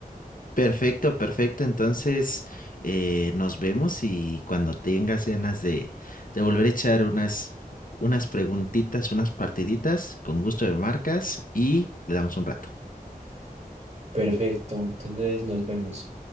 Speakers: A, on the left; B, on the right.
A: Perfecto, perfecto. Entonces, eh, nos vemos y cuando tengas ganas de, de volver a echar unas, unas preguntitas, unas partiditas, con gusto de marcas y le damos un rato.
B: Perfecto, entonces nos vemos.